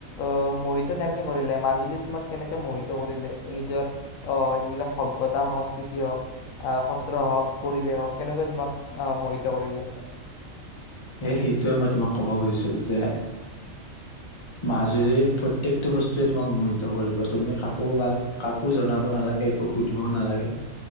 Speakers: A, on the left; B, on the left.
A: আহ মোহিত কেনেকৈ কৰিলে মাজুলী তোমাক কেনেকৈ মোহিত কৰিলে নিজৰ আহ যিবিলাক সভ্যতা সংস্কৃতি হওক আহ সত্ৰ হওক পৰিৱেশ হওক কেনেকে তোমাক আহ মোহিত কৰিলে
B: এ সেইটোৱে মই তোমাক ক'ব খুজিছিলো যে মাজুলীৰ প্ৰতি প্ৰত্যেকটো বস্তুৱে তোমাক মোহিত কৰিব তুমি কাকো বা কাকো জনাব নালাগে একো সুধিবও নালাগে